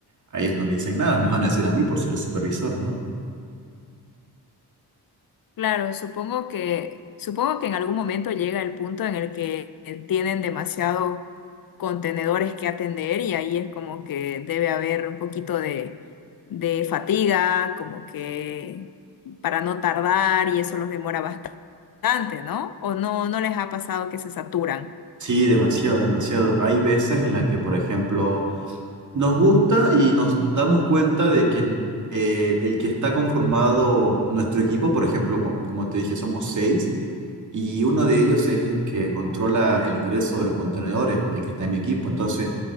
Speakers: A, on the right (about 45°); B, on the left (about 60°).
A: a ellos no le dicen nada. Me van a decir a mí por ser el supervisor, ¿no?
B: Claro, supongo que, supongo que en algún momento llega el punto en el que tienen demasiados contenedores que atender y ahí es como que debe haber un poquito de, de fatiga, como que para no tardar y eso los demora bastante, ¿no? ¿O no, no les ha pasado que se saturan?
A: Sí, demasiado, demasiado. Hay veces en las que, por ejemplo, nos gusta y nos damos cuenta de que eh, el que está conformado nuestro equipo, por ejemplo, como, como te dije, somos seis, y uno de ellos es el que controla el ingreso de los contenedores, el que está en mi equipo. Entonces,